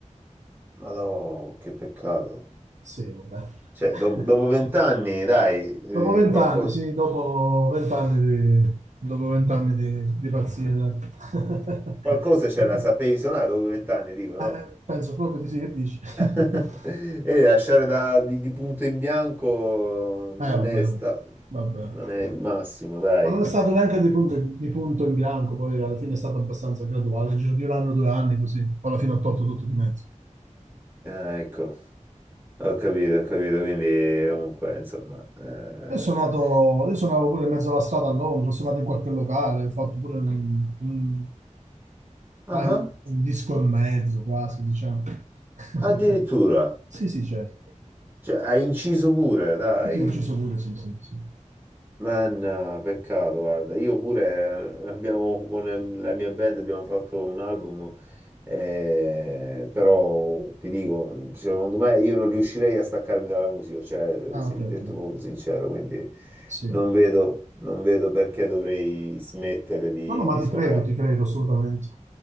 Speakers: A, on the right; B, on the right.
A: Ma no, che peccato.
B: Sì, vabbè.
A: Cioè,
B: <laughs>
A: do- dopo vent'anni, dai, eh,
B: Dopo vent'anni,
A: qualcosa,
B: sì, dopo vent'anni di, dopo vent'anni di, di pazzie, dai. <laughs>
A: qualcosa c'era, la sapevi suonare dopo vent'anni, dico, no?
B: Eh, eh, penso proprio di sì, che dici? <laughs>
A: <laughs> E lasciare da- di, di punto in bianco non
B: Eh, vabbè,
A: è, sta-
B: oh, vabbè.
A: non è il massimo, dai.
B: Ma non è stato neanche di punto, di punto in bianco, poi alla fine è stato abbastanza graduale, nel giro di un anno, due anni, così. Poi alla fine ho tolto tutto di mezzo.
A: Ah, ecco, ho capito, ho capito, quindi comunque, insomma... eh,
B: Io sono nato, io suonavo pure in mezzo alla strada a Londra, ho suonato in qualche locale, ho fatto pure un, un-
A: ah,
B: paio- un disco e mezzo quasi, diciamo. <laughs>
A: Addirittura,
B: Sì, sì, certo.
A: cioè, hai inciso pure, dai.
B: Sì, sì, ho inciso pure, sì, sì, sì.
A: Ma no, peccato, guarda, io pure eh, abbiamo, con la mia band abbiamo fatto un album, eh, però ti dico, secondo me io non riuscirei a staccarmi dalla musica, cioè,
B: Ah,
A: sì,
B: ok, ok.
A: detto proprio sincero, quindi
B: Sì.
A: non vedo, non vedo perché dovrei smettere di,
B: No, no, ma
A: di
B: ti
A: suonare.
B: credo, ti credo assolutamente.